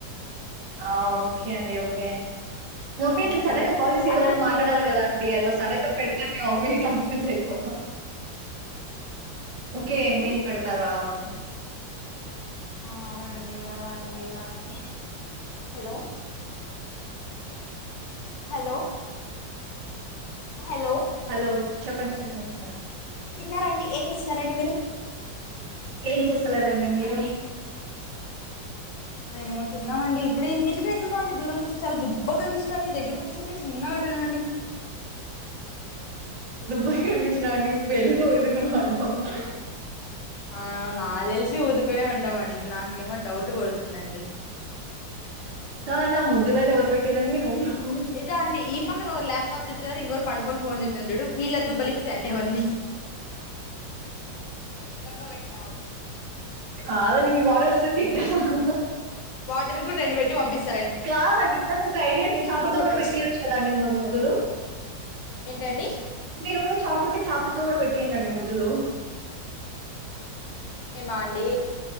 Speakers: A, on the right; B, on the left.
A: ఆ ఓకే అండి ఓకే మేమ
B: అవునండి
A: అట్లా సడన్ గా కాల్ చేసి ఏదో
B: అలా
A: ఒకటి
B: అండి
A: మాట్లాడాల
B: ఇలా
A: కదా అండి అలా సడన్ గా పెడితే మేమ్ అంధరు కన్ఫ్యూజ్ అయిపో పొవ ఓకే
B: ఈ
A: మీరు పెడతారా అండి
B: ఆ అవునండి అలా అండి ఇల అండి హలో హలో హలో
A: హలో చెప్పండి చెప్పండి చెప్పండి
B: తిన్నారండి ఏం చేస్తున్నారండి మీరు
A: ఏం చేస్తన్నారండి మీరు
B: మేము తిన్నామండి ఇప్పుడే మిరు ఎందుకో అండి దూరం నుంచి చాలా దుబ్బగా కనిపిస్తున్న రండి దగ్గరకు వచ్చేసరికి చిన్నగా అయిపోయినామండి
A: దుబ్బుగా కనిపించినానండి ఇప్పుడు ఎలా వండుకున్న <unintelligible> న అ ఉన్నా
B: ఆ నాకు తెలిసి ఊదుకునే ఉంటావండి నాకేమో డౌట్ కోడుతుందండి
A: కా నా ముద్దులన్ని ఎవరు పెట్టిరండి మీ రూమ్ లొ
B: ఇదా అండి ఈ పక్కన ల్యాప్ టాప్ జుతున్నారు ఇంకొకరు పడుకొని ఫోన్ చూస్తూ న్నారు చూడు వీళ్ద్దు <unintelligible> బలిపస్తే అండి ఇవ్వన్ని <unintelligible> పెట్టావు
A: కాదండి మీ వాడేగ తట్టేస హ హ
B: దినికీ కూడా రెండు పెట్టి పంపిస్
A: కాదండి నాకు ఒక ఐడియా అంది చేపతో
B: చెప్పొచ్చు
A: కూడా పెట్టి యోచ్చు కదండి మారి ముద్దులు
B: ఏంటండి
A: మీ రూమ్ లో చాప ఉంటే చాపతో తో కూడా పెట్టియాండి ముద్దులు
B: మిమా అండి